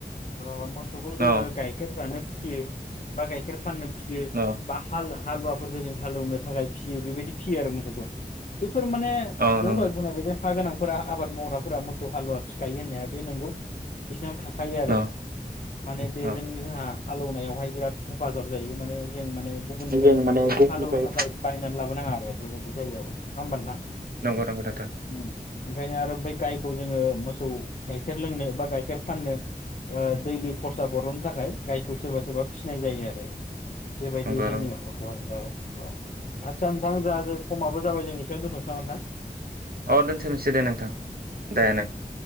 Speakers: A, on the left; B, on the right.
A: ओ मो मोसौखौ जोङो
B: न
A: गाइखेर जानो फिसियो बा गाइखेर फाननो फियो
B: न
A: बा हाल हालुवाफोरफोरखौ जों हालेवनो थाखाय फियो बेबायदि फियो आरो मोसौखौ फोर माने
B: औ
A: नों
B: नंगौ
A: दाय बुंनाय बायदि थाखा गोनांफोरा आबाद मावग्राफोरा मोसौ हालुवा फिखायो होननाया बे नंगौ बिसिनाव थाखायो आरो
B: न
A: माने बेजों
B: अ
A: जोंहा हालेवनायावहाय बिराद हेफाजाब जायो माने जों माने गुबुननिफ्राय
B: जों माने गुबुननिफ्राय
A: हालेवनो थाखाय बायनानै लाबोनाङा आरो बेबायदि जायो आरो ना होमबा नोंथां
B: नंगौ नंगौ नोंथां
A: उम ओंखायनो आरो फ्राय गायखौ जोङो मोसौ गाइखेर लोंनो बा गाइखेर फाननो ओ दैलि खरसा बरल'नो थाखाय गायखौ सोरबा सोरबा फिसिनाय जायो आरो बेबायदि
B: नंगौ
A: जोंनि
B: नंगौ
A: माबाखौहाय औ औ आदसा नोंथां दा ज समाबो जाबाय जोंनि दोनथनसै नामा नोंथां
B: अ दोनथ'नोसै दे नोंथां दे नोंथां